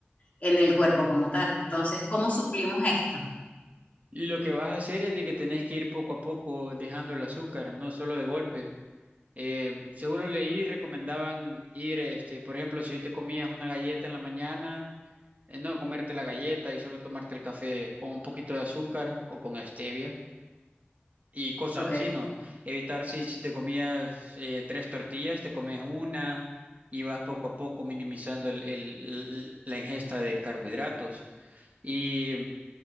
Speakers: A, on the left; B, on the right.
A: en el cuerpo como tal. Entonces, ¿cómo suplimos esto?
B: Lo que vas a hacer es de que tenés que ir poco a poco dejando el azúcar, no solo de golpe. Eh, según lo leí, recomendaban ir, este, por ejemplo, si hoy te comías una galleta en la mañana eh, no comerte la galleta y solo tomarte el café con un poquito de azúcar o con stevia y cosas
A: Okay.
B: así, ¿no? Evitar si, si te comías eh, tres tortillas, te comes una y vas poco a poco minimizando el- el- el- la ingesta de carbohidratos. Y